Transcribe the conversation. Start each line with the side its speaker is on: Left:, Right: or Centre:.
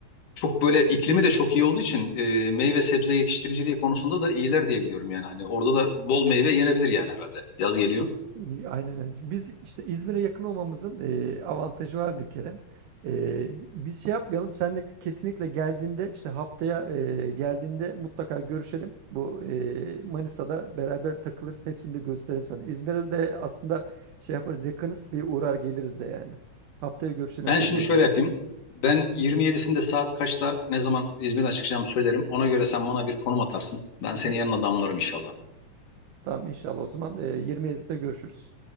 Left: çok böyle iklimi de çok iyi olduğu için e, meyve sebze yetiştiriciliği konusunda da iyiler diye biliyorum yani. Hani orada da bol meyve yenebilir yani herhalde. Yaz geliyor.
Right: Bir- Aynen öyle. Biz işte İzmir'e yakın olmamızın e, avantajı var bir kere. E, biz şey yapmayalım. Senle kesinlikle geldiğinde işte haftaya e, geldiğinde mutlaka görüşelim. Bu e, Manisa'da beraber takılırız. Hepsini de gösteririm sana. İzmir'e de aslında şey yaparız yakınız. Bir uğrar geliriz de yani. Haftaya görüşelim
Left: Ben
Right: seninle
Left: şimdi
Right: o zaman.
Left: şöyle yapayım. Ben 27'sinde saat kaçta ne zaman İzmir'den çıkacağımı söylerim. Ona göre sen bana bir konum atarsın. Ben
Right: Hı
Left: seni
Right: hı.
Left: yanına damlarım inşallah.
Right: Tamam inşallah o zaman e, 27'sinde görüşürüz.